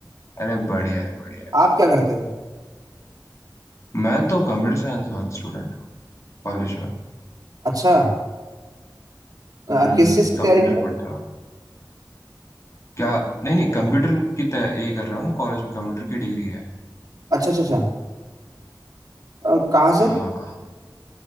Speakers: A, on the left; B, on the right.
A: अरे बढ़िया है बढ़िया
B: आप क्या करते हो
A: है मैं तो कंप्यूटर साइंस वाला स्टूडेंट हूँ कॉलेज में
B: अच्छा अ,
A: हम्म
B: किस चीज की
A: कंप्यूटर
B: तैयारी कर रहे हो
A: पढ़ता हूँ क्या नहीं नहीं कंप्यूटर की तय ये कर रहा हूँ ना कॉलेज में कंप्यूटर की डिग्री है
B: अच्छा अच्छा अच्छा अ, कहाँ से
A: हाँ हाँ